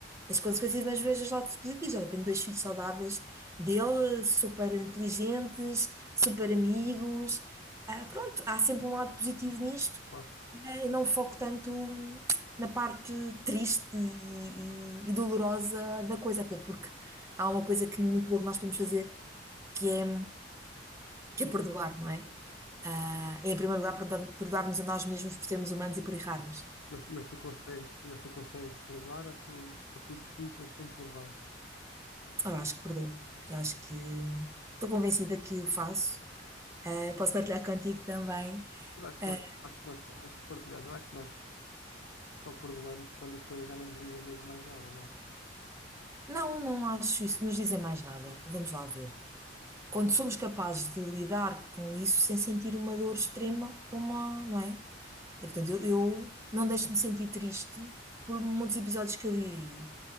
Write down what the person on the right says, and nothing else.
as consequências, mas vejo os lados positivos. Olha, tenho dois filhos saudáveis dele, super inteligentes, super amigos. Ah, pronto, há sempre um lado positivo nisto
e não foco tanto na parte triste e, e- e dolorosa da coisa, até porque há uma coisa que é muito boa que nós podemos fazer, que é, que é perdoar, não é? Ah, em primeiro lugar, perdoar- perdoar-nos a nós mesmos por sermos humanos e por errarmos.
Eu acho que perdoo. Eu acho que estou convencida que o faço. Ah, posso partilhar contigo também.
Ah,
não, não acho isso. Nos dizem mais nada. Vamos lá ver. Quando somos capazes de lidar com isso sem sentir uma dor extrema, uma, não é? Eh, Portanto, eu, eu não deixo de me sentir triste por muitos episódios que eu vivi.